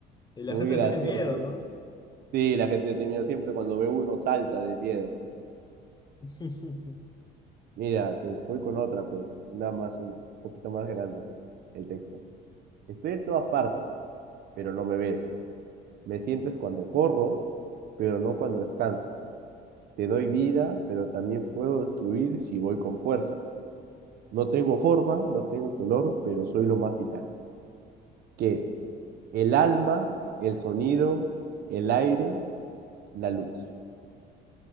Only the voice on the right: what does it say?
Muy
gracioso.
Sí, la gente tiene siempre cuando ve uno salta de miedo.
Mira, te voy con otra, pues, una más, un poquito más grande, el texto. Estoy en todas partes, pero no me ves. Me sientes cuando corro, pero no cuando descanso. Te doy vida, pero también puedo destruir si voy con fuerza. No tengo forma, no tengo color, pero soy lo más vital. ¿Qué es? El alma, el sonido, el aire, la luz.